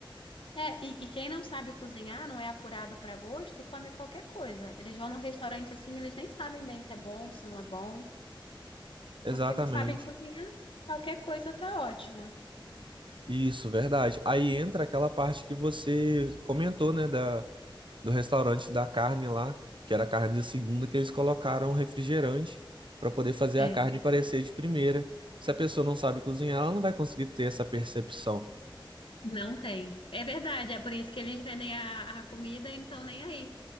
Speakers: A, on the left; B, on the right.
A: É, e, e quem não sabe cozinhar, não é apurado pra gosto, come qualquer coisa. Eles vão num restaurante assim, eles nem sabem bem se é bom, se não é bom,
B: Exatamente.
A: porque não sabem cozinhar, qualquer coisa tá ótima.
B: Isso, verdade. Aí entra aquela parte que você comentou, né, da do restaurante da carne lá, que era a carne de segunda, que eles colocaram refrigerante para poder fazer
A: É.
B: a carne parecer de primeira. Se a pessoa não sabe cozinhar, ela não vai conseguir ter essa percepção.
A: Não tem. É verdade, é por isso que eles vendem a, a comida e não estão nem aí.